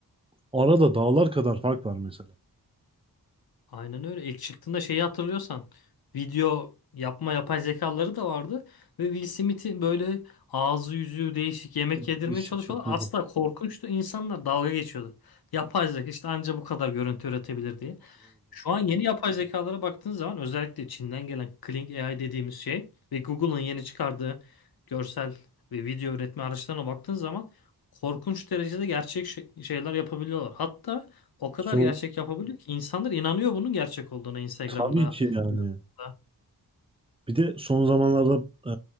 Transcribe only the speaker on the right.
Arada dağlar kadar fark var mesela.
Değişik
bir kızım.
Son
tabii ki yani.
Bir de son zamanlarda e,